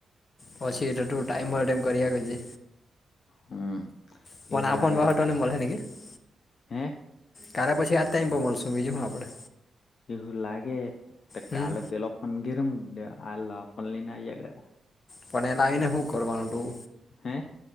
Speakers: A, on the left (about 45°); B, on the left (about 60°).
A: પછી એતો ટાઈમમાં એમ કરી આલજે
B: હમ
A: <unintelligible>
B: એવું લાગે તો કા હે
A: કાલે પછી આજ ટાઈમ મળશું બીજું હું આપણે.
B: એવું લાગે તો
A: હમ
B: કાલે પેલો ફોન ઘેર મુકી આ ફોન લઈને આ કર
A: પણ એ લાવીને શું કરવાનું તું.
B: હે.